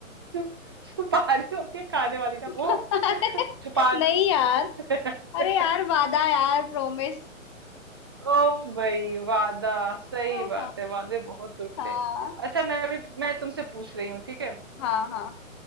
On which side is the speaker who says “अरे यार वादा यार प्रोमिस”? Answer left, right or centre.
Left